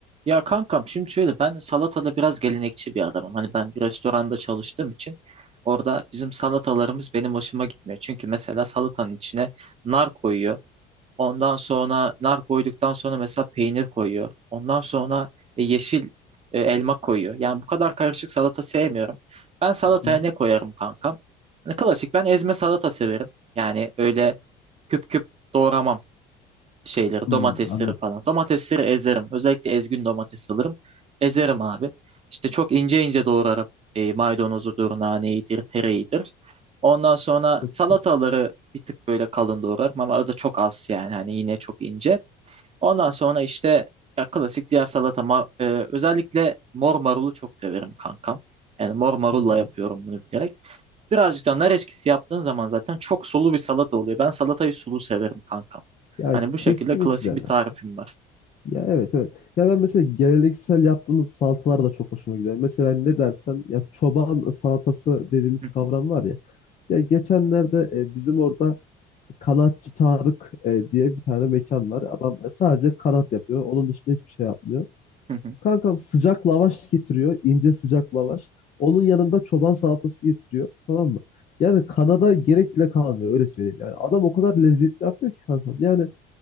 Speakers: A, on the right; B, on the left.
A: Ya kankam şimdi şöyle ben salatada biraz gelenekçi bir adamım. Hani ben bir restoranda çalıştığım için orada bizim salatalarımız benim hoşuma gitmiyor. Çünkü mesela salatanın içine nar koyuyor. Ondan sonra nar koyduktan sonra mesela peynir koyuyor. Ondan sonra e, yeşil e, elma koyuyor. Yani bu kadar karışık salata sevmiyorum. Ben salataya
B: Hı hı.
A: ne koyarım kankam? Hani klasik ben ezme salata severim. Yani öyle küp küp doğramam şeyleri,
B: Hmm,
A: domatesleri
B: anladım.
A: falan. Domatesleri ezerim. Özellikle ezgün domates alırım. Ezerim abi. İşte çok ince ince doğrarım. E, maydanozudur, naneydir, tereyidir. Ondan sonra
B: Çok
A: salataları
B: güzel.
A: bir tık böyle kalın doğrarım ama o da çok az yani hani yine çok ince. Ondan sonra işte ya klasik diğer salata ma- e, özellikle mor marulu çok severim kankam. Yani mor marulla
B: Hı hı.
A: yapıyorum bunu bilerek. Birazcık da nar eşkisi yaptığın zaman zaten çok sulu bir salata oluyor. Ben salatayı sulu severim kankam.
B: Ya
A: Hani bu
B: kesinlikle.
A: şekilde klasik bir tarifim var.
B: Ya evet evet. Ya ben mesela geleneksel yaptığımız salatalar da çok hoşuma gidiyor. Mesela ne dersen ya çoban salatası dediğimiz
A: Hı
B: kavram
A: hı,
B: var ya. Ya geçenlerde e, bizim orada Kanatçı Tarık e, diye bir tane mekan var. Adam e, sadece kanat yapıyor. Onun dışında hiçbir şey yapmıyor.
A: hı hı,
B: Kankam sıcak lavaş getiriyor. ince sıcak lavaş. Onun yanında çoban salatası getiriyor. Tamam mı? Yani kanada gerek bile kalmıyor öyle söyleyeyim. Yani adam o kadar lezzetli yapıyor ki kankam. Yani